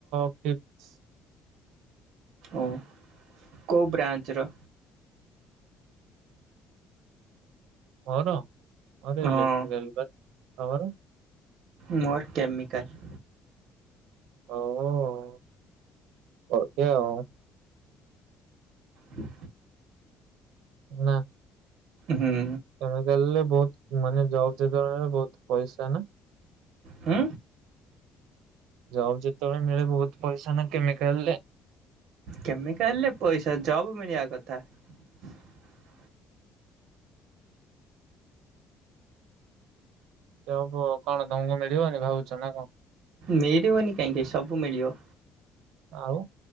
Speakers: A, on the right; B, on the right.
A: ଫିଥ।
B: ଓ କଉ ବ୍ରାଞ୍ଚର?
A: <unintelligible> <unintelligible>
B: ହଁ
A: ଲେଖିଦେଲି ବା ଆଉ।
B: ମୋର କେମିକାଲ।
A: ଓହଃ ହୋ। ତି ଆଉ।
B: ହୁଁ
A: ନାଁ।
B: ହୁଁ।
A: କେମିକାଲରେ ବହୁତ ମାନେ ଜବ ଯୋଜନାରେ ବହୁତ ପଇସା ନା?
B: ହୁଁ।
A: ଯାଅ ଯେତେବେଳେ ମିଳେ ବହୁତ ପଇସା ନା କେମିକାଲରେ।
B: କେମିକାଲରେ ପଇସା ଜବ ମିଳିବା କଥା। <inaudible>
A: ତ ହବୁ କଣ ତମକୁ ମିଳିବନି ଭାବୁଛ ନା କଣ?
B: ମିଳିବନି କାହିଁକି ସବୁ ମିଳିବ।
A: ଆଉ